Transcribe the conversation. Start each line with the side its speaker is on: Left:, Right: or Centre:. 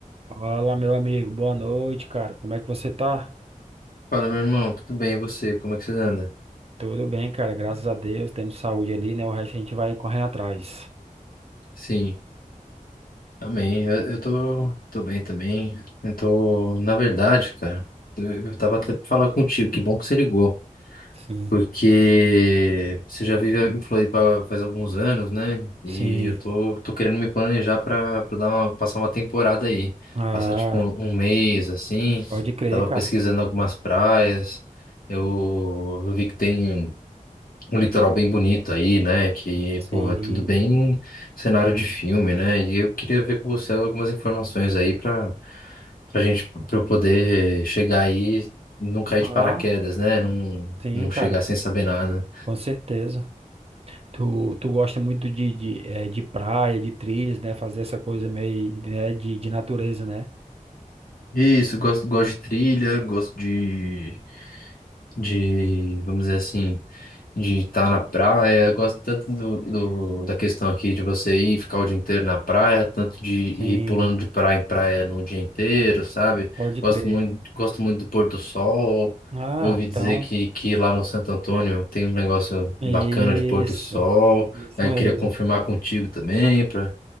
Right: Fala, meu amigo. Boa noite, cara. Como é que você tá?
Left: Fala, meu irmão, tudo bem? E você? Como é que você anda?
Right: Tudo bem, cara. Graças a Deus. tendo saúde ali, né? O resto a gente vai correndo atrás.
Left: Sim, amém. Eu, eu tô, tô bem também. Eu tô, na verdade, cara, eu, eu tava até pra falar contigo, que bom que você ligou.
Right: Sim.
Left: Porque você já vive em Floripa faz alguns anos, né? E
Right: Sim.
Left: eu tô, tô querendo me planejar pra, pra dar uma- passar uma temporada aí.
Right: Ah,
Left: Passar tipo um, um mês, assim.
Right: pode crer,
Left: Tava
Right: cara.
Left: pesquisando algumas praias. Eu, eu vi que tem. um litoral bem bonito aí, né? Que,
Right: Sim.
Left: pô, é tudo bem cenário de filme, né? E eu queria ver com você algumas informações aí pra, pra gente, pra eu poder chegar aí, e não cair
Right: Ah,
Left: de paraquedas, né? Não,
Right: sim,
Left: não
Right: cara.
Left: chegar sem saber nada.
Right: Com certeza. Tu, tu gosta muito de, de, eh, de praia, de trilhas, né? Fazer essa coisa meio, né? de, de natureza, né?
Left: Isso, gosto, gosto de trilha, gosto de, de, vamos dizer assim. de estar na praia. Eu gosto tanto do, do- da questão aqui de você ir ficar o dia inteiro na praia, tanto de ir
Right: Sim.
Left: pulando de praia em praia no dia inteiro, sabe?
Right: Pode
Left: Gosto
Right: crer.
Left: muito, gosto muito do pôr do sol.
Right: Ah,
Left: Ouvi
Right: então.
Left: dizer que, que lá no Santo Antônio tem um negócio
Right: Isso.
Left: bacana de pôr do sol.
Right: Isso
Left: Aí
Right: mesmo.
Left: eu queria confirmar contigo também para.